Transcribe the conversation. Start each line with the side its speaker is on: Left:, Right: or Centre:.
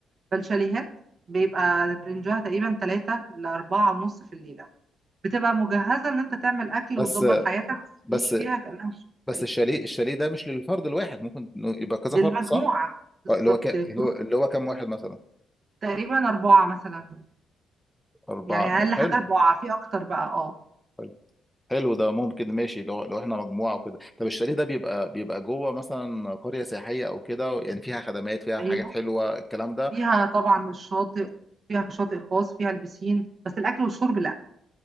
Right: فالشاليهات بيبقى رينجها تقريبا تلاتة لأربعة ونص في الليلة بتبقى مجهزة إن أنت تعمل أكل
Centre: بس
Right: وتظبط حياتك
Centre: بس
Right: ليش فيها كأنها شقة
Centre: بس الشاليه الشاليه ده مش للفرد الواحد ممكن إنه يبقى كذا
Right: للمجموعة
Centre: فرد صح
Right: بالظبط
Centre: آه، اللي هو ك... اللي
Right: للجروب
Centre: هو اللي هو كام واحد مثلا
Right: تقريبا أربعة مثلا
Centre: اربعه
Right: يعني
Centre: م-
Right: أقل
Centre: حلو
Right: حاجة أربعة في أكتر بقى اه
Centre: حلو حلو ده ممكن ماشي لو لو احنا مجموعه وكده طب الشاليه ده بيبقى بيبقى جوه مثلا قريه سياحيه او كده يعني فيها خدمات فيها
Right: أيوه
Centre: حاجات حلوه الكلام ده
Right: فيها طبعا الشاطئ فيها شاطئ خاص فيها البسين بس الأكل والشرب لأ